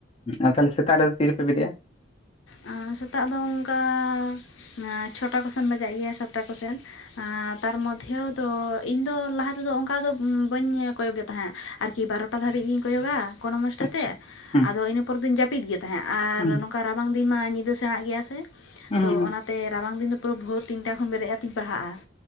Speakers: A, on the left; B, on the left.
A: ᱟᱨ ᱛᱟᱦᱚᱞᱮ ᱥᱮᱛᱟᱜ ᱨᱮᱫᱚ ᱛᱤ ᱨᱮᱯᱮ ᱵᱮᱨᱮᱫᱼᱟ
B: ᱮᱻ ᱥᱮᱛᱟᱜ ᱫᱚ ᱚᱱᱠᱟ ᱮᱸ ᱪᱷᱚᱴᱟ ᱠᱚᱥᱮᱫ ᱵᱟᱡᱟᱜ ᱜᱮᱭᱟ ᱥᱟᱛᱴᱟ ᱠᱚ ᱥᱮᱫ ᱛᱟᱨ ᱢᱚᱫᱽᱫᱷᱮᱣᱳ ᱫᱚ ᱤᱧ ᱫᱚ ᱞᱟᱦᱟ ᱛᱮᱫᱚ ᱚᱱᱠᱟ ᱫᱚ ᱵᱟᱹᱧ ᱠᱚᱭᱚᱜ ᱜᱮ ᱛᱟᱦᱮᱸᱫ ᱟᱨᱠᱤ ᱵᱟᱨᱚᱴᱟ ᱫᱷᱟᱹᱵᱤᱡ ᱜᱤᱧ ᱠᱚᱭᱚᱜᱼᱟ ᱠᱚᱱᱚ ᱢᱚᱥᱴᱮ.
A: ᱟᱪᱪᱷᱟ
B: ᱛᱮ
A: ᱦᱩᱸ
B: ᱟᱫᱚ ᱤᱱᱟᱹ ᱯᱚᱨ ᱫᱩᱧ <unintelligible> ᱯᱤᱫ ᱜᱮ ᱛᱟᱦᱮᱸᱫ ᱟᱨ
A: ᱦᱩᱸ
B: ᱱᱚᱝᱠᱟ ᱨᱟᱵᱟᱝ ᱫᱤᱱ ᱢᱟ ᱧᱤᱸᱫᱟᱹ ᱥᱮᱬᱟᱜ ᱜᱮᱭᱟ ᱥᱮ
A: ᱦᱩᱸ
B: ᱛᱚ
A: ᱦᱩᱸ
B: ᱚᱱᱟ ᱛᱮ ᱨᱟᱵᱟᱝ ᱫᱤᱱ ᱫᱚ ᱯᱩᱨᱟᱹ ᱵᱷᱳᱨ ᱛᱤᱱᱴᱟ ᱠᱷᱚᱱ ᱵᱮᱨᱮᱫ ᱟᱛᱤᱧ ᱯᱟᱲᱦᱟᱜᱼᱟ